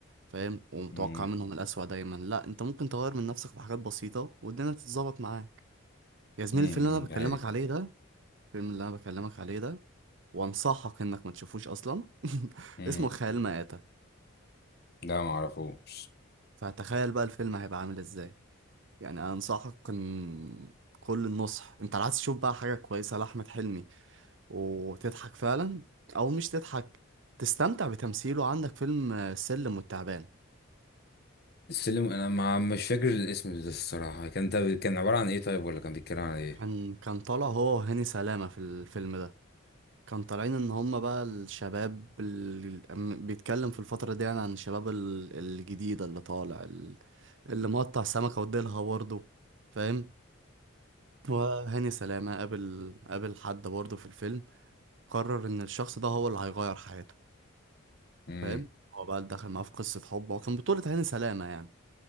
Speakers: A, on the right; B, on the left.
A: فاهم ومتوقع
B: امم
A: منهم الأسوأ دايما لا انت ممكن تغير من نفسك في حاجات بسيطة والدنيا تتظبط معاك يا زميلي
B: امم
A: الفيلم اللي انا بكلمك
B: ده حقيقة
A: عليه ده الفيلم اللي انا بكلمك عليه ده وانصحك انك ما تشوفوش اصلا <laughs>
B: امم
A: اسمه خيال مآتة
B: لا ما اعرفوش
A: فتخيل بقى الفيلم هيبقى عامل ازاي يعني انا انصحك ان كل النصح انت عايز تشوف بقى حاجة كويسة لأحمد حلمي وتضحك فعلا او مش تضحك تستمتع بتمثيله عندك فيلم السلم والتعبان
B: السلم انا ما مش فاكر الاسم ده الصراحه كان ده كان عباره عن ايه طيب ولا كان بيتكلم عن ايه
A: كان كان طالع هو وهاني سلامة في الفيلم ده كان طالعين ان هم بقى الشباب ال- أم- بيتكلم في الفترة دي يعني عن الشباب ال- الجديدة اللي طالع ال- اللي مقطع سمكة وديلها برضه فاهم وهاني سلامة قابل قابل حد برضه في الفيلم قرر ان الشخص ده هو اللي هيغير حياته
B: امم
A: فاهم هو بقى دخل معاه في قصة حب هو كان بطولة هاني سلامة يعني